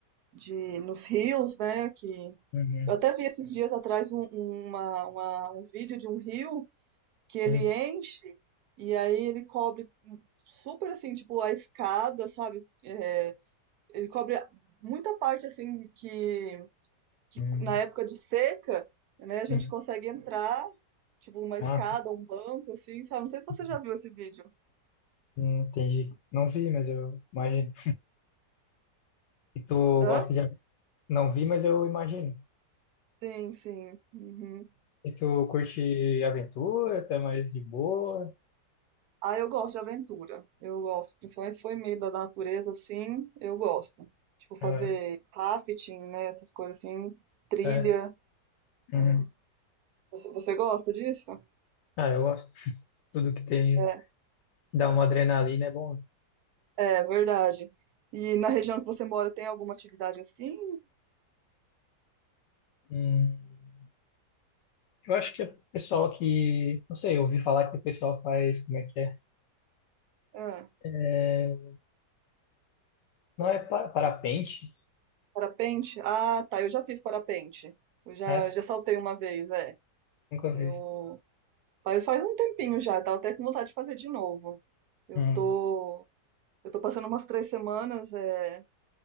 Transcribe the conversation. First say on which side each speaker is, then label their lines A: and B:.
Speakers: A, on the right (about 70°); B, on the left (about 80°).
A: de nos rios, né? Que...
B: Uhum.
A: Eu até vi esses dias atrás um, um, uma, uma- um vídeo de um rio que ele
B: Uhum.
A: enche e aí ele cobre super, assim, tipo, a escada, sabe? É, ele cobre muita parte assim que, que
B: Uhum.
A: na época de seca, né, a gente
B: Uhum.
A: consegue entrar, tipo uma
B: Ah,
A: escada,
B: sim.
A: um banco, assim, sabe? Não sei se você
B: Uhum.
A: já viu esse vídeo.
B: Hum, Entendi. Não vi, mas eu imagino. E tu
A: Hã?
B: gosta de... ave- Não vi, mas eu imagino.
A: Sim, sim. Uhum.
B: E tu curte aventura? Tu é mais de boa?
A: Ah, eu gosto de aventura. Eu gosto. Principalmente se for em meio da natureza, assim, eu gosto. Tipo, fazer
B: É,
A: rafting, né? Essas coisas assim, trilha.
B: é. Uhum.
A: é. Você, você gosta disso?
B: Ah, eu gosto. <laughs> Tudo que tem,
A: É,
B: que dá uma adrenalina é bom.
A: é verdade. E na região que você mora tem alguma atividade assim?
B: Hum, eu acho que o pessoal que, não sei, eu ouvi falar que o pessoal faz, como é que é?
A: Ah.
B: É, não é pa- parapente,
A: Parapente? Ah, tá. Eu já fiz parapente. Eu já,
B: né?
A: já saltei uma vez, é.
B: Nunca fiz.
A: Eu faz, faz um tempinho já, tava até com vontade de fazer de novo. Eu
B: Hum,
A: tô, eu tô passando umas três semanas é,